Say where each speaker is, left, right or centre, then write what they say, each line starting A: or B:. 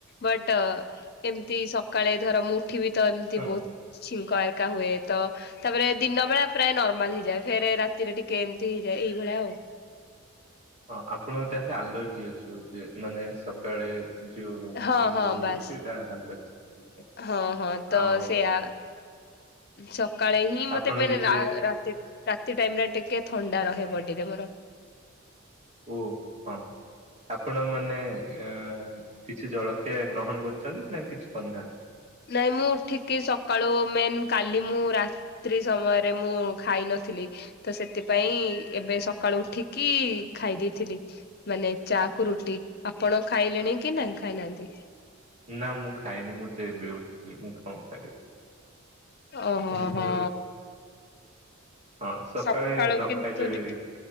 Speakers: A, on the left; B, on the right.
A: ବଟ। ତି ସକାଳେ ଧର ମୁଁ ଉଠି ବି ତ ଏମିତି
B: ହଁ
A: ବହୁତ ଛିଙ୍କ ଅରକା ହୁଏ ତ। ତାପରେ ଦିନ ବେଳା ପ୍ରାୟ ନର୍ମାଲ ହେଇଯାଏ। ଫେରେ ରାତିରେ ଟିକେ ଏମିତି ହେଇଯାଏ ଏଇଭଳିଆ ଆଉ।
B: ହଁ ଆପଣଙ୍କୁ ତାହେଲେ ଆଲର୍ଜି ଅଛି ଏମିତି ମାନେ ସକାଳେ ଯୋଉ
A: ହଁ
B: ଛିଙ୍କ
A: ହଁ
B: ହୁଏ
A: ବାସ୍
B: ସେଇଟା ଆଲର୍ଜି
A: ହଁ ହଁ ତ
B: ଆଉ।
A: ସେଇଆ ସକାଳେ ହିଁ ମତେ
B: ଆପଣ
A: ମେ
B: କିଛି
A: ରା ରାତି ରାତି ଟାଇମ୍ ରେ ଟିକେ ଥଣ୍ଡା ରହେ ବଡିରେ ମୋର।
B: ଓ ହଁ ଆପଣ ମାନେ ଇଏ କିଛି ଜଳଖିଆ ଗ୍ରହଣ କରିଛନ୍ତି ନା କିଛି କରିନାହାନ୍ତି।
A: ନାଇଁ ମୁଁ ଉଠିକି ସକାଳୁ ମେନ୍ କାଲି ମୁଁ ରା। ତ୍ରୀ ସମୟରେ ମୁଁ ଖାଇ ନଥିଲି। ତ ସେଥିପାଇଁ ଏବେ ସକାଳୁ ଉଠିକି ଖାଇ ଦେଇଥିଲି। ମାନେ ଚା କୁ ରୁଟି ଆପଣ ଖାଇଲେଣି କି ନାଇଁ ଖାଇନାହାନ୍ତି?
B: ନା ମୁଁ ଖାଇନି ମୁତ ଏବେ ଉଠିଲି ମୁଁ କଣ ଖାଇବି।
A: ଓହୋ
B: କିନ୍ତୁ
A: ହୋ ହ।
B: ହଁ ସକାଳେ
A: ସକାଳୁ
B: ନ
A: କିନ୍ତୁ
B: ଖାଇଲେ ବି
A: ଟିଟି